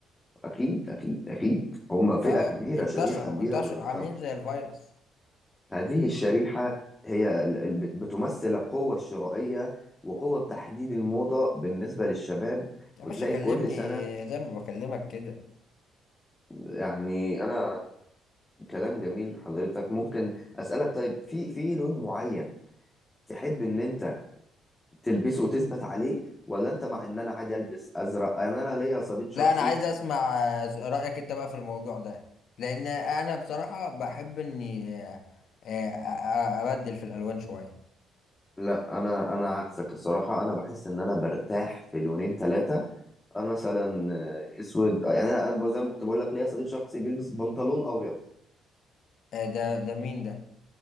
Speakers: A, on the left (about 20°); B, on the left (about 65°).
A: أكيد أكيد أكيد هم فئة
B: اه
A: كبيرة
B: انتشروا
A: شريحة كبيرة
B: انتشروا
A: من المجتمع
B: عاملين زي الفيروس
A: هذه الشريحة هي ال- ال- بتمثل القوة الشرائية وقوة تحديد الموضة بالنسبة للشباب
B: يا
A: وتلاقي
B: باشا كلمني
A: كل سنة
B: زي ما بكلمك كده
A: يعني أنا كلام جميل حضرتك ممكن أسألك طيب في في لون معين تحب إن أنت تلبسه وتثبت عليه ولا أنت مع إن أنا عادي ألبس أزرق أنا أنا ليا صديق شخصي
B: لا انا عايز اسمع آه، رايك انت بقى في الموضوع ده لان انا بصراحه بحب اني آه، آه، آه، ابدل في الالوان شويه
A: لا أنا أنا عكسك الصراحة أنا بحس إن أنا برتاح في لونين ثلاثة انا مثلا آه، اسود آه، يعني انا أنا زي ما كنت بقول لك ليا صديق شخصي بيلبس بنطلون ابيض
B: آه، ده ده مين ده؟